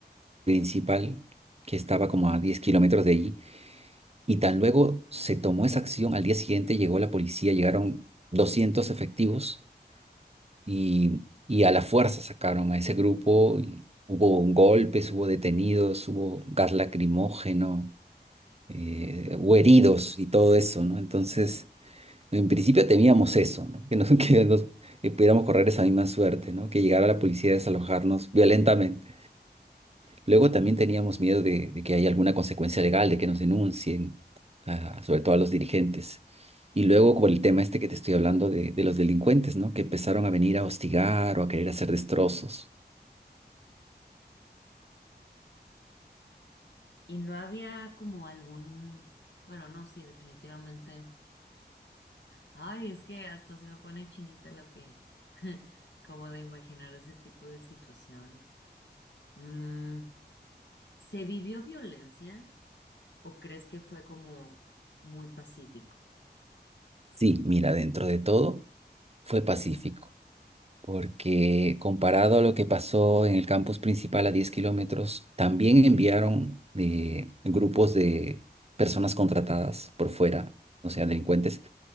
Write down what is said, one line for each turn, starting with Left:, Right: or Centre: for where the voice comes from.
Right: principal, que estaba como a 10 kilómetros de allí, Y tan luego se tomó esa acción, al día siguiente llegó la policía, llegaron 200 efectivos y, y a la fuerza sacaron a ese grupo. y hubo golpes, hubo detenidos, hubo gas lacrimógeno, eh, hubo heridos y todo eso, ¿no? Entonces, en principio temíamos eso, ¿no? Que, nos, <laughs> que, nos- que pudiéramos correr esa misma suerte, ¿no? Que llegara la policía a desalojarnos violentamente. Luego también teníamos miedo de, de que haya alguna consecuencia legal, de que nos denuncien, ah, sobre todo a los dirigentes. Y luego por el tema este que te estoy hablando de, de los delincuentes, ¿no? Que empezaron a venir a hostigar o a querer hacer destrozos.
Left: Y no había como algún, bueno, no, sí, definitivamente. Ay, es que hasta se me pone chinita la piel, <laughs> como de imaginar ese tipo de situación. Mm, ¿se vivió violencia o crees que fue como muy pacífico?
Right: Sí, mira, dentro de todo fue pacífico, porque comparado a lo que pasó en el campus principal a 10 kilómetros, también enviaron eh, grupos de personas contratadas por fuera, o sea, delincuentes